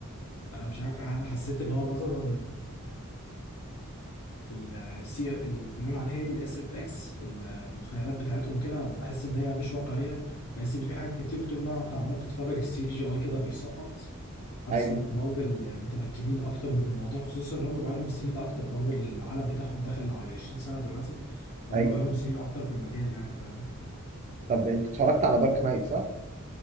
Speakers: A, on the left; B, on the right.
A: آه، مش عارف الحقيقة، انا حسيت ان هو مثلا السي اللي بيقولوا عليها ايه الاس اف اكس في المخيلات بتاعتهم وكده بحس ان هي مش واقعيه بحس ان في حاجات كتير طول ما انت عمال تتفرج السي جي اي كده بيسقط حاسس
B: ايوه
A: ان مارفل متمكنين اكتر من الموضوع خصوصا ان هم بقى لهم سنين اكتر مارفل العالم بتاعهم داخل على 20 سنه دلوقتي فهم
B: ايوه
A: بقى لهم سنين اكتر في المجال يعني فاهم
B: طب انت اتفرجت على دارك نايت صح